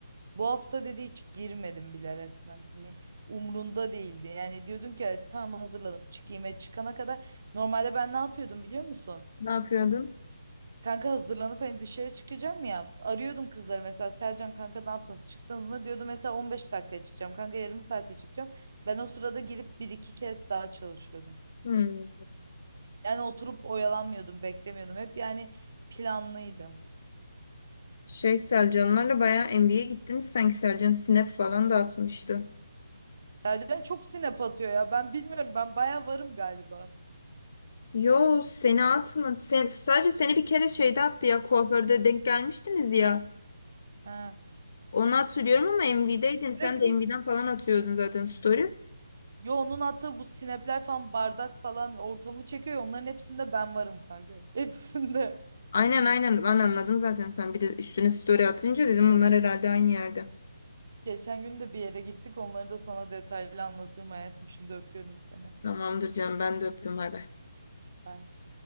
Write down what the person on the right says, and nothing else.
Bu hafta dedi hiç girmedim bile resmen. Hani umrunda değildi. Yani diyordun ki "Ay, tamam hazırladım çıkayım. E çıkana kadar normalde ben ne yapıyordum biliyor musun?
Kanka hazırlanıp hani dışarı çıkacağım ya. Arıyordum kızları mesela Selcan kanka ne yaptınız çıktınız mı? Diyordu mesela 15 dakikaya çıkacağım. Kanka yarım saate çıkacağım. Ben o sırada girip bir iki kez daha çalışıyordum.
Yani oturup oyalanmıyordum, beklemiyordum. Hep yani planlıydım.
Selcan çok sinep atıyor ya. Ben bilmiyorum ben baya varım galiba.
Ha.
Sürekli
yo onun attığı bu sinepler falan bardak falan ortamı çekiyor. ya, Onların hepsinde ben varım kanka. <laughs> Hepsinde.
Geçen gün de bir yere gittik. Onları da sana detaylı anlatırım hayatım. Şimdi öpüyorum seni.
Bye.